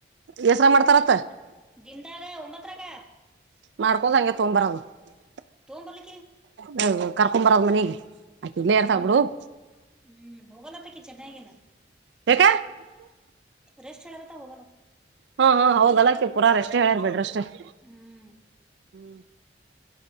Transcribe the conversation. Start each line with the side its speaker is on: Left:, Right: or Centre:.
Right: ಹೆಸರಾ ಮಾಡ್ತಾರತ್ತ <unintelligible>
Centre: ದಿನದಗಾ ಒಂಬತ್ರರಕ
Right: ಮಾಡ್ಕೋದು ಹಂಗೆ ತೊಂಬರದು <unintelligible>
Centre: ತೊ ಬಾರ್ಲಿ
Right: ಹ ಕರ್ಕೊಂಬರದ ಮನಗೆ ಅಕ ಇಲ್ಲೇರ್ತಳು
Centre: ಹ್ಮ್
Right: <unintelligible>
Centre: ಹ್ಮ್ ಹೋಗಲತ್ತಕ್ಕೆಿ ಚೆನ್ನಗನು <unintelligible>
Right: ಯಾಕೆ - <unintelligible>
Centre: ರೆಸ್ಟ್ ಹೇಳೇಳತ ಹೋಗ ನ ತು <unintelligible>
Right: ಹಾ ಹಾ ಹೋಗ್ ಅಲಕ್ಕೆ ಪುರಾರ ಎಷ್ಟೇ ಹೇಳ್ಯ್ ಬಿಡ್ರ ಅಷ್ಟೇ <unintelligible>
Centre: ಹ್ಮ್ <unintelligible>
Right: ಹ್ಮ <inaudible>